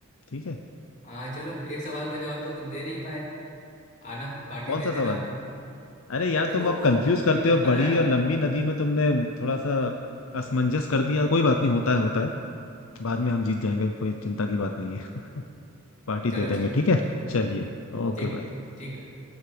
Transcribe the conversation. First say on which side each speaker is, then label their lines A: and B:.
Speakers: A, on the left; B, on the left.
A: ठीक है
B: हाँ चलो एक सवाल का जवाब तो तुम दे नहीं पाए आना पार्टी
A: कौन
B: दे
A: सा सवाल
B: देना अब तुम
A: अरे यार
B: अरे
A: तुम
B: वो
A: अब कंफ्यूज
B: गधे
A: करते
B: ने
A: हो
B: जो फंसाया
A: बड़ी और
B: तेरे
A: लंबी
B: को
A: नदी में तुमने थोड़ा सा असमंजस कर दिया कोई बात नहीं होता है होता है बाद में हम जीत जाएंगे कोई चिंता की बात नहीं है पार्टी
B: चलो
A: दे देंगे
B: ठीक
A: ठीक है चलिए Okay
B: ठीक है
A: bye
B: ठीक है